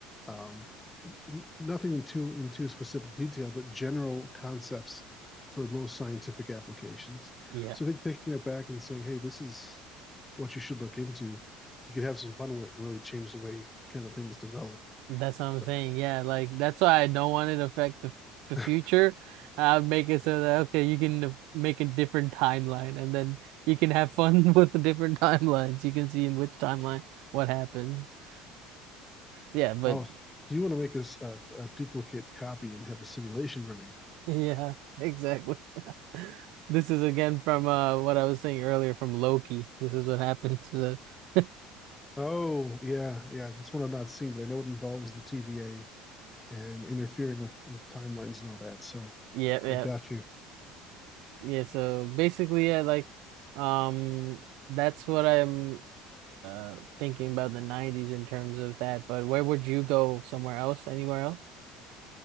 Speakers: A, on the left (about 15°); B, on the right (about 60°).
A: Um, nothing in too in too specific detail, but general concepts for most scientific applications.
B: Yeah.
A: So I think taking that back and saying, hey, this is what you should look into. You could have some fun with and really change the way kind of things develop.
B: That's what I'm
A: So,
B: saying. Yeah, like that's why I don't want it to affect the the
A: <laughs>
B: future. I'd make it so that okay, you can def- make a different timeline, and then you can have fun <laughs> with the different timelines. You can see in which timeline what happens. <laughs> Yeah, but
A: oh, so you want to make us a, a duplicate copy and have a simulation running?
B: yeah, exactly. <laughs> This is again from uh what I was saying earlier from Loki. This is what happens. So, <laughs> yeah,
A: Oh, yeah, yeah. That's one I've not seen, but I know it involves the TVA and interfering with with timelines and all that. So
B: yeah,
A: I got you.
B: yeah. So basically, yeah, like, um, that's what I'm. uh thinking about the 90s in terms of that, but where would you go somewhere else? Anywhere else?